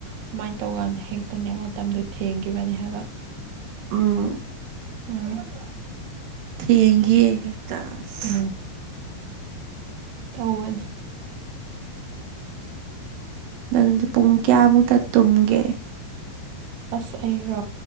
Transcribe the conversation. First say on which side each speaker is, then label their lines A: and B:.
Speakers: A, on the right (about 70°); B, on the right (about 85°).
A: ꯑꯗꯨꯃꯥꯏꯅ ꯇꯧꯀꯥꯟꯗ ꯍꯦꯛꯇꯅꯦ ꯃꯇꯝꯗꯨꯣ ꯊꯦꯡꯈꯤꯕꯅꯤ ꯍꯥꯏꯕ
B: ꯎꯝ
A: ꯎꯝ <unintelligible>
B: ꯊꯦꯡꯒꯤ ꯍꯦꯛꯇ ꯑꯁ
A: ꯎꯝ ꯇꯧꯋꯦ
B: ꯅꯪꯗꯤ ꯄꯨꯡ ꯀꯌꯥꯃꯨꯛꯇ ꯇꯨꯝꯒꯦ
A: ꯑꯁ ꯑꯩꯔꯣ